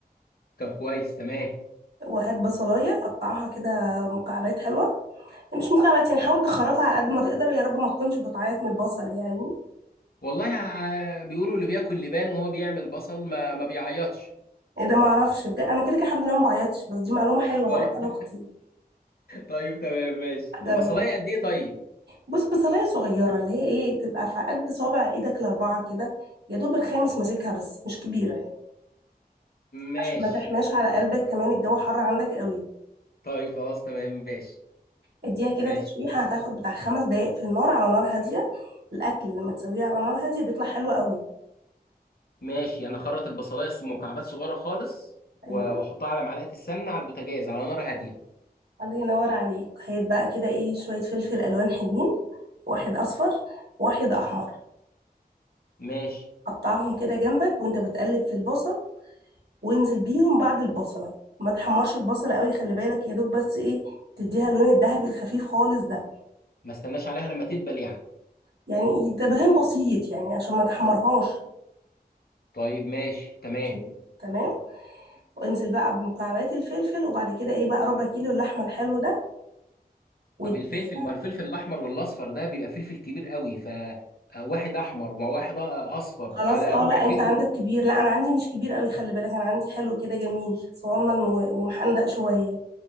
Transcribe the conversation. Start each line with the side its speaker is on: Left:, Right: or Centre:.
Left: طب كويس تمام
Right: وهات بصلاية قطعها كده مكعبات حلوة مش مكعبات يعني حاول تخرطها على قد ما تقدر يا رب ما تكونش بتعيط من البصل يعني
Left: والله ع- بيقولوا اللي بياكل لبان وهو بيعمل بصل ما ما بيعيطش
Right: ايه ده ما اعرفش بجد انا كده كده الحمد لله ما بعيطش بس دي معلومة
Left: <laughs>
Right: حلوة
Left: طيب
Right: هقولها لاختي
Left: طيب تمام ماشي
Right: اجرب
Left: بصلايه قد ايه طيب
Right: بص بصلاية صغيرة اللي هي ايه تبقى في قد صوابع ايدك الاربعة كده يا دوب الخامس ماسكها بس مش كبيرة يعني
Left: ماشي
Right: عشان ما تحماش على قلبك كمان الجو حر عندك قوي
Left: طيب خلاص تمام ماشي
Right: اديها كده
Left: ماشي
Right: تشويحة
Left: بس
Right: هتاخد بتاع خمس دقايق في النار على نار هادية الأكل لما تسويه على نار هادية بيطلع حلو قوي
Left: ماشي انا اخرط البصلايه س- مكعبات صغيره خالص و-
Right: أيوة
Left: واحطها على معلقه السمنه على البوتاجاز على نار هاديه
Right: الله ينور عليك هيت بقى كده إيه شوية فلفل ألوان حلوين واحد أصفر واحد أحمر
Left: ماشي
Right: قطعهم كده جنبك وأنت بتقلب في البصل وانزل بيهم بعد البصلة ما تحمرش البصلة قوي خلي بالك يا دوب بس إيه تديها اللون الذهبي الخفيف خالص ده
Left: ما استناش عليها لما تدبل يعني
Right: يعني ده بهان بسيط يعني عشان ما تحمرهاش
Left: ط- طيب ماشي تمام
Right: عشان تمام وانزل بقى بمكعبات الفلفل وبعد كده ايه بقى ربع كيلو اللحمه الحلو ده واديه
Left: طب الفلفل ما الفلفل الاحمر والاصفر ده بيبقى فلفل كبير قوي ف آه، واحد احمر وواحد أ- اصفر
Right: خلاص
Left: على
Right: اه
Left: ربع
Right: لا
Left: كيلو
Right: انت عندك كبير لا انا عندي مش كبير قوي خلي بالك انا عندي حلو كده جميل صغنن و- ومحندق شويه